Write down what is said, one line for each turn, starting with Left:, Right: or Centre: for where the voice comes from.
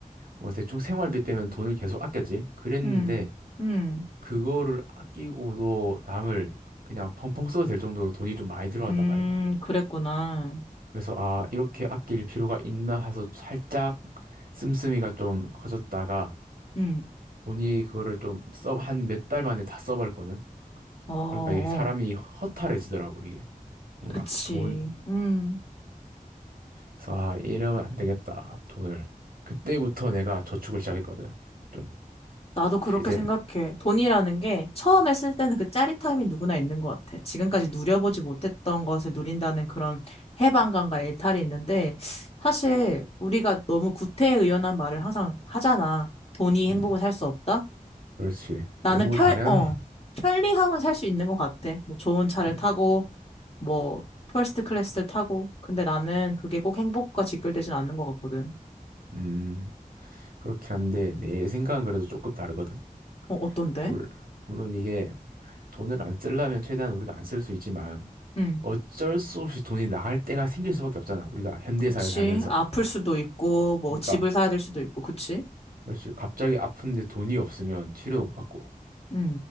Right: 뭐 대충 생활비 빼면 돈을 계속 아꼈지. 그랬는데
Left: 음, 음,
Right: 그거를 아끼고도 남을 그냥 펑펑 써도 될 정도로 돈이 좀 많이 들어왔단
Left: 음,
Right: 말이야.
Left: 그랬구나.
Right: 그래서 아, 이렇게 아낄 필요가 있나 해서 살짝 씀씀이가 좀 커졌다가
Left: 음,
Right: 돈이 그거를 좀 써, 한 몇 달 만에 다 써버렸거든.
Left: 어, 어,
Right: 그러니까 이게 사람이 허탈해지더라고, 이게. 뭔가
Left: 그치.
Right: 돈,
Left: 음.
Right: 그래서 아, 이러면 안 되겠다. 돈을. 그때부터 내가 저축을 시작했거든. 좀
Left: 나도 그렇게
Right: 제재.
Left: 생각해. 돈이라는 게 처음에 쓸 때는 그 짜릿함이 누구나 있는 것 같아. 지금까지 누려보지 못했던 것을 누린다는 그런 해방감과 일탈이 있는데, 사실 우리가 너무 구태의연한 말을 항상 하잖아. 돈이
Right: 음,
Left: 행복을 살 수 없다?
Right: 그렇지.
Left: 나는
Right: 너무
Left: 편,
Right: 당연한.
Left: 어, 편리함은 살 수 있는 것 같아. 뭐 좋은 차를
Right: 음,
Left: 타고, 뭐 퍼스트 클래스를 타고. 근데 나는 그게 꼭 행복과 직결되진 않는 것 같거든.
Right: 음, 그렇게 한데 내 생각은 그래도 조금 다르거든.
Left: 어, 어떤데?
Right: 물, 물론 이게 돈을 안 쓰려면 최대한 우리가 안 쓸 수 있지만
Left: 응.
Right: 어쩔 수 없이 돈이 나갈 때가 생길 수밖에 없잖아. 우리가 현대사회
Left: 그치.
Right: 살면서.
Left: 아플 수도 있고, 뭐,
Right: 그러니까
Left: 집을 사야 될 수도 있고, 그치?
Right: 그렇지. 갑자기 아픈데 돈이 없으면 치료 못 받고.
Left: 응